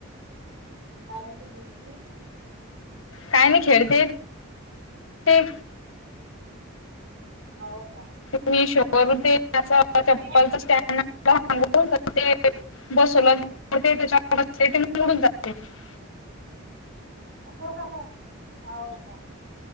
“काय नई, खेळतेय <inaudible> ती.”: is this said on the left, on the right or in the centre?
Left